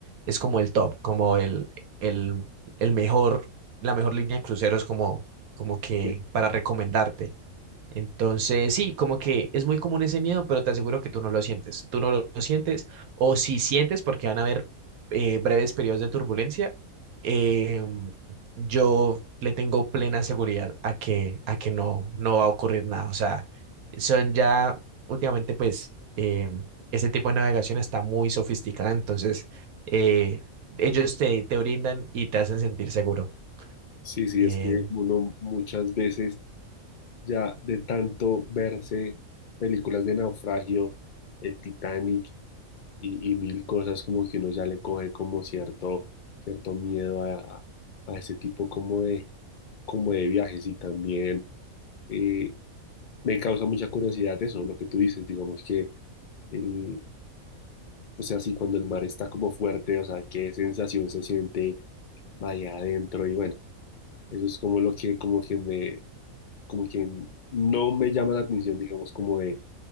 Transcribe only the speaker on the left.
Que-
Sí, sí,
es que uno muchas veces ya de tanto verse películas de naufragio, el Titanic y, y mil cosas, como que uno ya le coge como cierto, cierto miedo a, a a ese tipo como de como de viajes y también eh, me causa mucha curiosidad eso, lo que tú dices, digamos que el, o sea, sí, cuando el mar está como fuerte, o sea, qué sensación se siente allá adentro y bueno, eso es como lo que, como que me, como que no me llama la atención, digamos, como de,